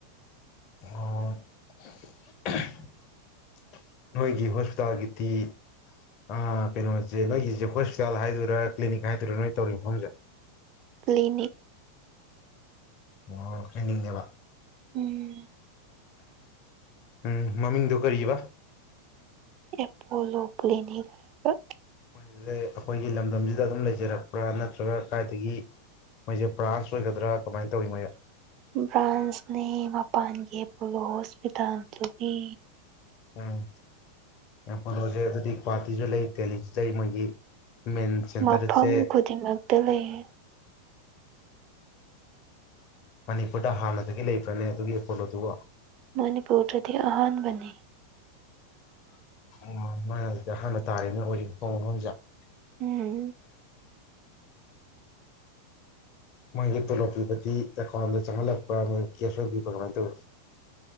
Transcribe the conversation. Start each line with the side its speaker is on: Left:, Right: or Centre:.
Left: ꯑꯣ <unintelligible> ꯅꯣꯏꯒꯤ ꯍꯣꯁꯄꯤꯇꯥꯜꯒꯤꯗꯤ ꯑꯥ ꯀꯩꯅꯣꯁꯦ ꯅꯣꯏꯒꯤꯁꯦ ꯍꯣꯁꯄꯤꯇꯥꯜ ꯍꯥꯏꯗꯣꯏꯔꯥ ꯀ꯭ꯂꯤꯅꯤꯛ ꯍꯥꯏꯗꯣꯏꯔꯥ ꯅꯣꯏ ꯇꯧꯔꯤ ꯃꯐꯝꯁꯦ
Right: ꯀ꯭ꯂꯤꯅꯤꯛ
Left: ꯑꯣ ꯀ꯭ꯂꯤꯅꯤꯛꯅꯦꯕ
Right: ꯎꯝ
Left: ꯎꯝ ꯃꯃꯤꯡꯗꯣ ꯀꯔꯤꯕ
Right: ꯑꯦꯄꯣꯂꯣ ꯀ꯭ꯂꯤꯅꯤꯛ ꯍꯥꯏꯕ
Left: ꯃꯣꯏꯖꯦ ꯑꯩꯈꯣꯏꯒꯤ ꯂꯝꯗꯝꯁꯤꯗ ꯑꯗꯨꯝ ꯂꯩꯖꯔꯛꯄ꯭ꯔꯥ ꯅꯠꯇ꯭ꯔꯒ ꯀꯥꯏꯗꯒꯤ ꯃꯣꯏꯁꯦ ꯕ꯭ꯔꯥꯟꯁ ꯑꯣꯏꯒꯗ꯭ꯔꯥ ꯀꯃꯥꯏꯅ ꯇꯧꯏ ꯃꯣꯏꯌꯦ
Right: ꯕ꯭ꯔꯥꯟꯁꯅꯦ ꯃꯄꯥꯟꯒꯤ ꯑꯦꯄꯣꯂꯣ ꯍꯣꯁꯄꯤꯇꯥꯜꯗꯨꯒꯤ
Left: ꯎꯝ ꯑꯦꯄꯣꯂꯣ ꯖꯦ ꯑꯗꯨꯗꯤ ꯒꯨꯍꯥꯇꯤꯁꯨ ꯂꯩ ꯗꯦꯜꯂꯤꯁꯨ ꯂꯩ ꯃꯣꯏꯒꯤ ꯃꯦꯟ ꯁꯦꯟꯇꯔꯁꯦ
Right: ꯃꯐꯝ ꯈꯨꯗꯤꯡꯃꯛꯇ ꯂꯩꯌꯦ
Left: ꯃꯅꯤꯄꯨꯔꯗ ꯍꯥꯟꯅꯗꯒꯤ ꯂꯩꯕ꯭ꯔꯅꯦ ꯑꯗꯨꯒꯤ ꯑꯦꯄꯣꯂꯣꯗꯨꯕꯣ
Right: ꯃꯅꯤꯄꯨꯔꯗꯗꯤ ꯑꯍꯥꯟꯕꯅꯤ
Left: <unintelligible>
Right: ꯎꯝ
Left: ꯃꯣꯏꯒꯤ ꯇꯣꯂꯣꯞ ꯄꯤꯕꯗꯤ ꯑꯦꯀꯥꯎꯟꯗ ꯆꯪꯍꯜꯂꯛꯄꯔꯥ ꯅꯣꯏ ꯀꯦꯁ ꯑꯣꯏꯅ ꯄꯤꯕ꯭ꯔꯥ ꯀꯃꯥꯏꯅ ꯇꯧꯌꯦ